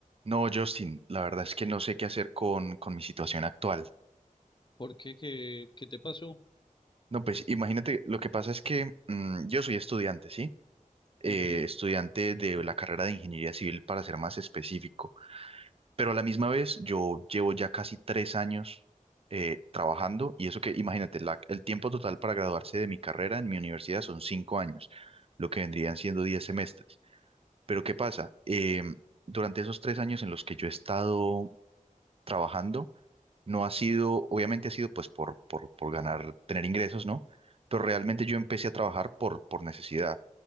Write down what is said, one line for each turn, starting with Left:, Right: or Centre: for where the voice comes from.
Right: No, Justin, la verdad es que no sé qué hacer con, con mi situación actual.
Left: ¿Por qué? ¿Qué, qué te pasó?
Right: No, pues imagínate, lo que pasa es que mm, yo soy estudiante, ¿sí? Eh,
Left: Ujú,
Right: estudiante de la carrera de ingeniería civil, para ser más específico. Pero a la misma vez, yo llevo ya casi tres años eh, trabajando y eso que, imagínate, la- el tiempo total para graduarse de mi carrera en mi universidad son cinco años, lo que vendrían siendo diez semestres. Pero ¿qué pasa? Em, durante esos tres años en los que yo he estado trabajando. No ha sido, obviamente ha sido pues por, por, por ganar, tener ingresos, ¿no? Pero realmente yo empecé a trabajar por, por necesidad.